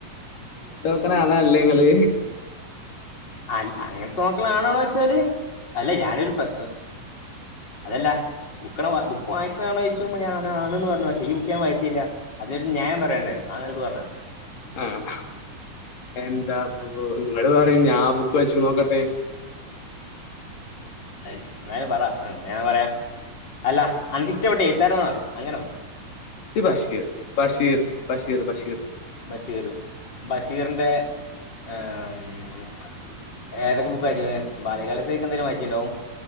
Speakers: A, on the left; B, on the left.
A: <unintelligible> ആണ അല്ലേ ങ്ങള്
B: അല അങ്ങൻത്തെ നോക്കളാണാണോയ്ച്ചാല് അല്ല ഞാനൊരു പെ അതല്ല ബുക്കണ ബുക്ക് വായ്ക്കണ ആണോച്ചോയ്ച്ചുമ്പം ഞാന് ആണ്ന്ന് പർഞ്ഞു. പശേ ഈ ബുക്ക് ഞാൻ വായ്ച്ചീല്ല. അതിനൊരു ന്യായം പറയണ്ടേ ആ നെൽക്ക് പർഞ്ഞ
A: ആഹ് എന്താപ്പൊ ഇങ്ങള് പറിം ഞാ ആ ബുക്ക് വായ്ച്ച്ണോക്കട്ടെ.
B: അയ്ശ് ന്നാലും പറ ന ന്നേ ഞാ പറയാ അല്ല അൻക്കിഷ്ടപ്പെട്ടെ എയ്ത്താരനാ ന്നറി അങ്ങനെ പറി
A: നിക്ക് ബഷീർ ബഷീർ ബഷീർ ബഷീർ
B: ബഷീറ് ബഷീറിന്റെ ആഹ് മ് ഏതൊക്കെ ബുക്ക് വായിച് ബാല്യകാലസഖിയൊക്കെ എന്തായാലുവായിച്ചിട്ടുണ്ടാവും